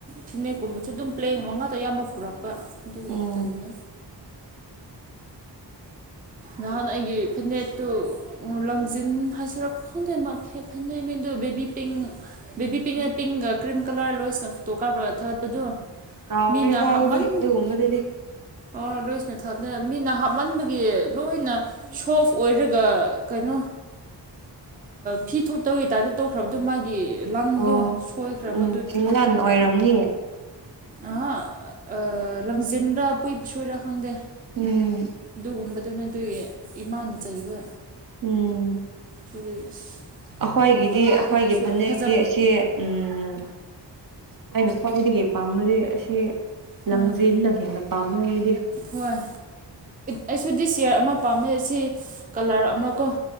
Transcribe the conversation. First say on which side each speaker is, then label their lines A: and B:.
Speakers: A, on the right; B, on the right.
A: ꯐꯤꯅꯦꯛꯀꯨꯝꯕꯁꯨ ꯑꯗꯨꯝ ꯄ꯭ꯂꯦꯒ ꯃꯉꯥꯗ ꯑꯌꯥꯝꯕ ꯄꯨꯔꯛꯄ ꯑꯗꯨꯒꯤ
B: ꯎꯝ
A: ꯇꯜꯂꯦ ꯅꯍꯥꯟ ꯑꯩꯒꯤ ꯐꯅꯦꯠꯇꯨ ꯂꯝꯖꯤꯟ ꯍꯥꯏꯁꯤꯔꯣ ꯈꯪꯗꯦ ꯐꯅꯦꯛ ꯃꯤꯗꯨ ꯕꯦꯕꯤ ꯄꯤꯡ ꯕꯦꯕꯤ ꯄꯤꯡ ꯑꯦ ꯄꯤꯡꯒ ꯀ꯭ꯔꯤꯝ ꯀꯂꯔ ꯂꯣꯏꯁꯤꯅ ꯐꯣꯇꯣ ꯀꯥꯞꯄꯒ ꯊꯥꯒꯠꯄꯗꯨ
B: ꯀꯥꯎꯈ꯭ꯔꯦꯗ
A: ꯃꯤꯅ ꯍꯥꯞꯃꯟ
B: ꯑꯩꯗꯤ ꯑꯗꯨꯒꯨꯝꯕꯗꯨꯗꯤ
A: ꯑꯣ ꯂꯣꯏꯁꯤꯅ ꯊꯞꯅ ꯃꯤꯅ ꯍꯥꯞꯃꯟꯕꯒꯤ ꯂꯣꯏꯅ ꯁꯣꯐ ꯑꯣꯏꯔꯒ ꯀꯩꯅꯣ
B: ꯎ
A: ꯐꯤ ꯊꯨꯞꯇꯧꯒꯤ ꯇꯔꯗꯣ ꯇꯣꯛꯈ꯭ꯔꯕꯗꯣ ꯃꯥꯒꯤ ꯂꯪꯗꯣ
B: ꯑꯣ
A: ꯁꯣꯏꯈ꯭ꯔꯕ
B: ꯎꯝ ꯀ ꯂꯥꯟ ꯑꯣꯏꯔꯝꯅꯤ
A: ꯑ ꯑ ꯂꯪꯖꯦꯟꯔ ꯄꯨꯏ ꯄꯁꯨꯨꯏꯔ ꯈꯪꯗꯦ
B: ꯎꯝ
A: ꯑꯗꯨꯒꯨꯝꯕꯗꯨꯅ ꯑꯗꯨꯒꯤ ꯏꯃꯥꯅ ꯆꯩꯕ
B: ꯎꯝ
A: ꯑꯗꯨꯒꯤ ꯑꯁ
B: ꯑꯩꯈꯣꯏꯒꯤꯗꯤ
A: ꯈꯪꯗꯦ
B: ꯑꯩꯈꯣꯏꯒꯤ
A: ꯐꯅꯦꯛꯁꯨ
B: ꯐꯅꯛꯗꯤ
A: ꯐꯖ
B: ꯑꯁꯤ ꯎꯝ ꯑꯩꯅ ꯈ꯭ꯋꯥꯏꯗꯒꯤ ꯄꯥꯝꯕꯗꯤ ꯑꯁꯤ ꯂꯪꯖꯦꯅ
A: ꯎꯝ
B: ꯍꯦꯟꯅ ꯄꯥꯝꯃꯗꯤ
A: ꯍꯣꯏ ꯑꯩꯁꯨꯗꯤ ꯁꯤꯌꯥꯔ ꯑꯃ ꯄꯥꯝꯃꯦ ꯑꯁꯤ ꯀꯂꯔ ꯑꯃ ꯀꯣ